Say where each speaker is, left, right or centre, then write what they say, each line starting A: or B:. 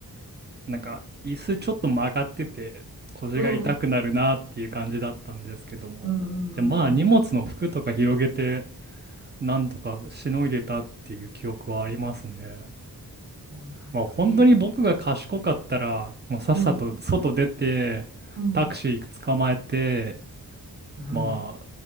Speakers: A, on the right; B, on the right.
A: なんか椅子ちょっと曲がってて腰が痛くなるなっていう感じだったんですけどもでまあ荷物の服とか広げて
B: うん。うんうんうんうん。
A: なんとかしのいでたっていう記憶はありますね
B: そうなんだ。
A: まあ本当に僕が賢かったらもうさっさと外出てタクシー捕まえて
B: えー、ちょうん。うん。うん。
A: ま